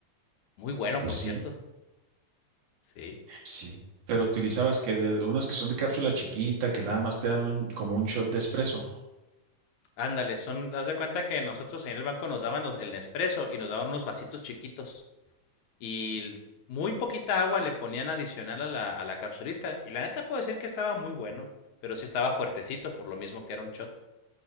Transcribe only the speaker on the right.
Sí,
sí. Pero utilizabas que de, unas que son de cápsula chiquita, que nada más te dan un- como un shot de espresso.